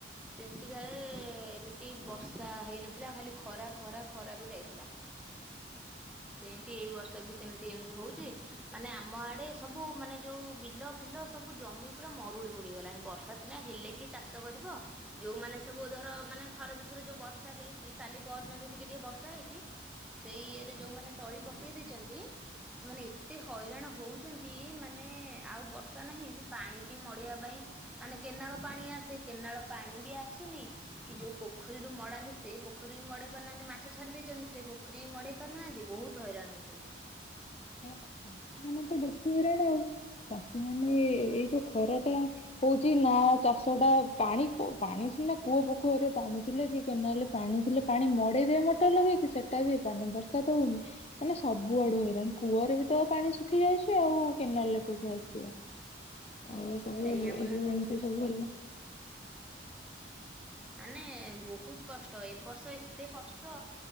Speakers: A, in the centre; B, on the left.
A: ସେମତି କାଳେ ଏମତି ବର୍ଷା ହେଇନଥିଲା ଖାଲି ଖରା ଖରା ଖରାରେ ଯାଇଥିଲା। ସେନ୍ତି ଏଇ ବର୍ଷ ବି ସେମତି ଏମତି ହୋଉଚି ମାନେ ଆମ ଆଡ଼େ ସବୁ ମାନେ ଯେଉଁ ବିଲ ଫିଲ ସବୁ ଜମି ପୁରା ମରୁଡ଼ି ପଡ଼ିଗଲାଣି ବର୍ଷା ସିନା ହେଲେ କିଏ ଚାଷ କରି ବ ଯୋଉମାନେ ସବୁ ଧର ମାନେ ଥରେ ଦିଥର ଯୋଉ ବର୍ଷା ହେଇଚି କାଲି ପରଦିନ ଯୋଉ ଟିକେ ଟିକେ ବର୍ଷା ହେଇଚି ସେଇ ଇଏରେ ଯୋଉମାନେ ତଳି ପକେଇ ଦେଇଚନ୍ତି ସେମାନେ ଏତେ ହଇରାଣ ହୋଉ ଚନ୍ତି ମାନେ ଆଉ ବର୍ଷା ନାହିଁ ସେ ପାଣି ବି ମଡ଼େଇବା ପାଇଁ ମାନେ କେନାଲ୍ ପାଣି ଆସେ କେନାଳ ପାଣି ବି ଆସୁନି କି ଯୋଉ ପୋଖରୀରୁ ମଡ଼ାନ୍ତି ସେ ପୋଖରୀ ବି ମଡ଼େଇ ପାରୁନାହାନ୍ତି ମାଛ ଛାଡ଼ି ଦେ ଚନ୍ତି ସେଇ ପୋଖରୀ ମଡ଼େଇ ପାରୁନାହାନ୍ତି ବୋହୁତ ହଇରାଣ ହୋଉଚନ୍ତି।
B: ପ୍ରାୟ ତ ଚାଷୀମାନେ ତ ବେଶୀ ହଇରାଣ ଆଉ। ଚାଷୀମାନେ ଏ ଏଇ ଯୋଉ ଖରାଟା ହୋଉଚି ନାଁ ଚାଷଟା ପାଣି ପୁ ପାଣି ସିନା କୂଅ ପୋଖରୀରେ ପାଣି ଥିଲେ କି କେନାଲରେ ପାଣି ଥିଲେ ପାଣି ମଡ଼େଇ ଦିଏ ମଟର ଲଗେଇକ କି ସେଟା ବି ହେଇପାରୁନି। ବର୍ଷା ତ ହୋଉନି ମାନେ ହେଲେ ସବୁ ଆଡ଼ୁ ହଇରାଣ। କୂଅରେ ବି ତ ପାଣି ଶୁଖି ଯାଉଚି, ଆଉ କେନାଲରେ କୋଉଠି ଆସିବ? ଆଉ ସବୁ
A: ସେଇଆ
B: ଏ ଏଇ
A: ପରା
B: ଯୋଉ ଏମତି ସବୁ ହେଲା
A: ମାନେ ବୋହୁତ କଷ୍ଟ ଏ ବର୍ଷ ଏତେ କଷ୍ଟ